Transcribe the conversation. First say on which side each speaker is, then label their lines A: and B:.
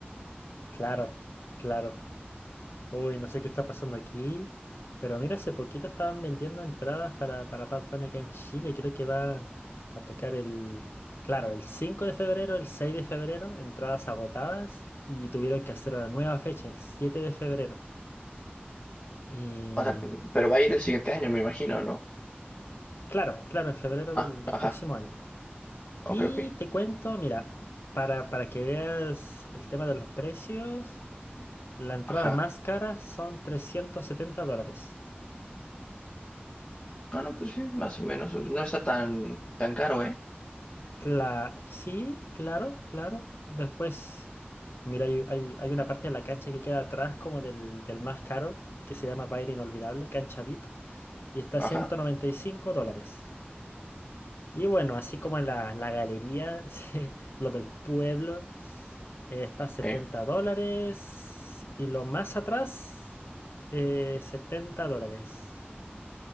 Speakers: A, on the left; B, on the left.
A: Claro, claro. Uy, no sé qué está pasando aquí, pero mira, hace poquito estaban vendiendo entradas para, para Bad Bunny acá en Chile. Creo que va a tocar el, claro, el 5 de febrero, el 6 de febrero, entradas agotadas y tuvieron que hacer una nueva fecha, el 7 de febrero. Y
B: O sea, p- pero va a ir el siguiente año, me imagino, ¿no?
A: claro, claro, en febrero
B: Ah,
A: del, del
B: ajá,
A: próximo año.
B: ok,
A: Y
B: ok,
A: te cuento, mira, para, para que veas el tema de los precios, la entrada
B: ajá.
A: más cara son 370 dólares.
B: Ah, no, pues sí, más o menos, no está tan, tan caro, ¿eh?
A: Cla- sí, claro, claro. Después, mira, hay, hay- hay una parte de la cancha que queda atrás como del, del más caro, que se llama Baile Inolvidable, cancha VIP, y está a
B: Ajá,
A: 195 dólares. Y bueno, así como en la, la galería, <laughs> sí, lo del pueblo, eh, está a 70
B: sí
A: dólares, y lo más atrás, eh, 70 dólares.